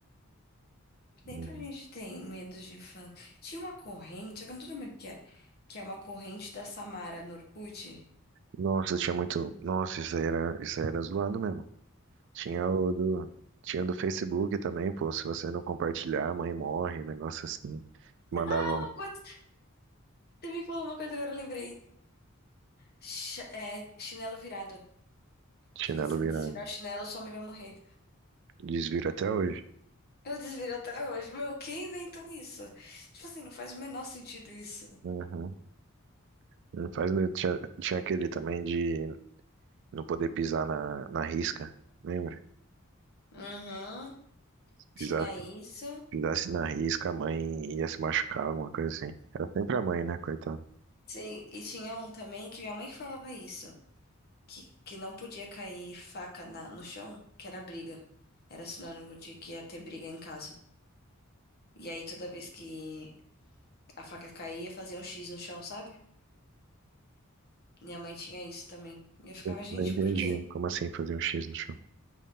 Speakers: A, on the left (about 50°); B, on the right (about 60°).
A: Sempre
B: Uhum.
A: a gente tem medo de infância. Tinha uma corrente, só que eu não tô lembrando o que é, que é uma corrente da Samara no Orkut.
B: Nossa, tinha muito. Nossa, isso aí era, isso aí era zoado mesmo. Tinha o do. Tinha o do Facebook também, pô. Se você não compartilhar, a mãe morre, um negócio assim. Mandava
A: Ah, uma coisa, você me falou uma coisa agora, eu lembrei. Ch- é, chinelo virado.
B: chinelo
A: Se você
B: virado.
A: não desvirar o chinelo, sua mãe vai morrer.
B: Desviro até hoje.
A: Eu desviro até hoje. Meu, quem inventou isso? Tipo assim, não faz o menor sentido isso.
B: Uhum. Não faz medo. Tinha, tinha aquele também de não poder pisar na, na risca, lembra?
A: Uhum, tinha
B: Pisar,
A: isso.
B: pisasse na risca, a mãe ia se machucar, alguma coisa assim. Era sempre a mãe, né, coitada?
A: Sim, e tinha um também que minha mãe que falava isso. Que, que não podia cair faca na, no chão, que era briga. Era sinônimo de que ia ter briga em casa. E aí toda vez que a faca caía, fazia um X no chão, sabe? Minha mãe tinha isso também. E eu ficava,
B: Eu
A: gente,
B: Não entendi.
A: por quê?
B: Como assim fazer um X no chão?